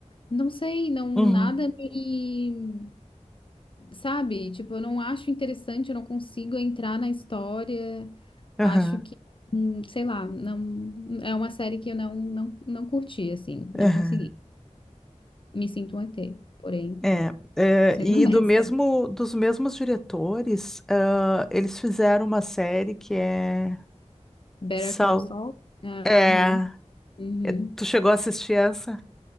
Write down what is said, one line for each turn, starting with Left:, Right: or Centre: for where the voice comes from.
Left: Não sei, não,
Centre: Uhum.
Left: nada me, sabe? Tipo, eu não acho interessante, eu não consigo entrar na história.
Centre: Aham.
Left: Acho que, hum, sei lá, não, é uma série que eu não, não, não curti, assim, não
Centre: Aham.
Left: consegui. Me sinto um ET, porém,
Centre: É, é,
Left: sendo
Centre: e
Left: <laughs> honesta.
Centre: do mesmo, dos mesmos diretores, ah, eles fizeram uma série que é
Left: Better
Centre: Saul.
Left: Call Saul? Aham.
Centre: É,
Left: uhum.
Centre: Tu chegou a assistir essa?